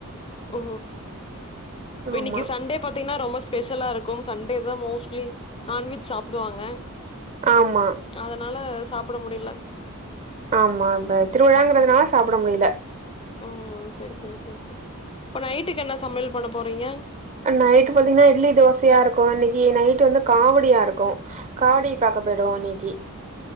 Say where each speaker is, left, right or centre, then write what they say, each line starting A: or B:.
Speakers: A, on the left (about 25°); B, on the right (about 35°).
A: ஓ இப்ப இன்னைக்கு
B: ஆமா
A: சண்டே பாத்தீங்னா ரொம்ப ஸ்பெஷலா இருக்கு சண்டே தா மோஸ்ட்லி நான்வெஜ் சாப்டுவாங்க
B: ஆமா
A: அதனால சாப்ட முடியல
B: ஆமா இப்ப திருவிழாங்கிறதுனால சாப்ட முடியல
A: ஓ செரி செரி செரி செரி இப்ப நைட்டுக்கு என்ன சமையல் பண்ண போறீங்க
B: அ நைட் பாத்தீங்கனா இட்லி தோசையா இருக்கு இன்னைக்கு நைட் வந்து காவடியா இருக்கு காவடி பாக்க போய்டுவோ இன்னைக்கு